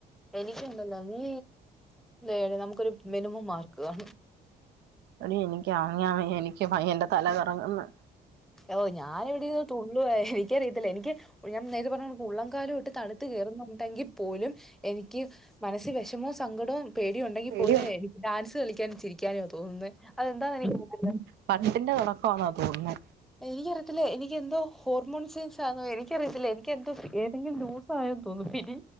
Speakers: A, in the centre; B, on the right.
A: എനിക്കുണ്ടല്ലോ നീ എ നമുക്കൊരു മിനിമം മാർക്ക് വേ
B: എടി എനിക്കറിയാൻ വയ്യ എനിക്ക് വയ്യ എന്റെ തലകറങ്ങ്ന്ന്
A: ഓ ഞാനിവിടെയിരുന്നു തുള്ളുവാ എനിക്കറിയത്തില്ല എനിക്ക് ഞാൻ നേരത്തെ പറഞ്ഞ് ഉള്ളംകാലം തൊട്ട് തണുത്ത് കയറുന്നുണ്ടെങ്കി പോലും എനിക്ക് മനസ്സി വിഷമോ സങ്കടോം പേടിയൊണ്ടെങ്കി
B: പേടിയാ
A: പോലും എനിക്ക് ഡാൻസ് കളിക്കാനും ചിരിക്കാനുവ തോന്നുന്നേ അതെന്താന്നെനിക്ക് <unintelligible>
B: ഫണ്ടിന്റെ തൊടക്കാന്നാ തോന്നുന്നേ
A: എനിക്കറിയത്തില്ല എനിക്കെന്തോ ഹോർമോൺസ് സെല്സ് ആണോ എനിക്കറിയത്തില്ല എനിക്കെന്തോ ഏതെങ്കിലും ലൂ സായെന്ന് തോന്നുന്നു പിരി